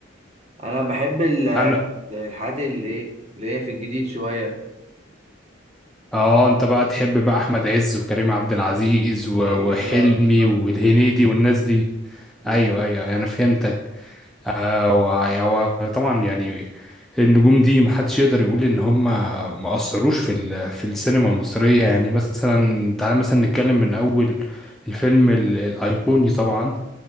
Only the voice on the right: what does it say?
أنا بحب ال-
الحاجات اللي إيه اللي هي في الجديد شوية
أيوه
بالظبط
كده
بالظبط.